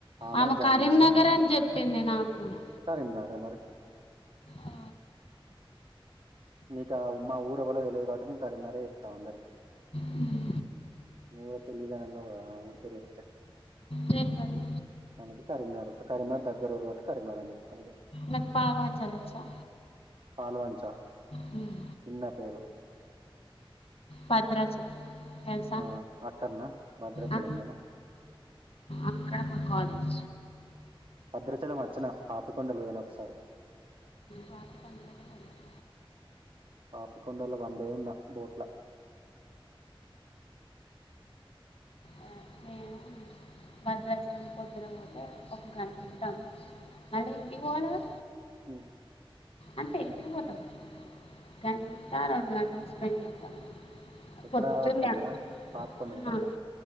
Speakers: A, on the right (about 65°); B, on the left (about 85°).
A: ఆమెనే
B: ఆమె
A: జాయిన్
B: కరీంనగర్
A: చేసింది నన్ను
B: అని చెప్పింది నాకు గూడా.
A: కరీంనగరే మరి
B: ఆ!
A: నికా మా ఊర ఎవల్లి తేలిదు కాబట్టి కరీంనగర్ చెప్తం అందరికీ
B: హ్మ్.
A: నువ్వు తెలీదాని అన్నావ్ కదా ఊరు పేరు చెప్తే
B: తెల్వదు.
A: అందుకే కరీంనాగం కరీంనగం దగ్గరఊరు కాబట్టి కరీంనగరం చెప్తం
B: నాకు పాల్వంచ తెలుసా?
A: పాలవంచ
B: హ్మ్.
A: చిన్న పేరు
B: భద్రాచలం తెలుసా
A: ఆ అక్కడనా భద్రాచలంలోనా
B: అ అక్కడ మాకు కాదు <inaudible>
A: భద్రచలం అచ్చన పాపికొండలు పోయిన ఓకసారి
B: పాపికొండలకి పోయినవా
A: పాపికొండల వన్డే ఉన్న బోట్ల
B: ఆ నేనా భద్రాచలం పోతున పోతే ఒక గంట ఉంటాం మళ్ళీ ఇంటికీ పోవాలికదా
A: హ్
B: అంతే ఇంటికీ పోతాం గంట రెండు గంటలు స్పెండ్ చేస్తాం
A: ఎక్కడ
B: పొద్దున
A: అక్కడనా పాపికొండల
B: అ
A: కాడనా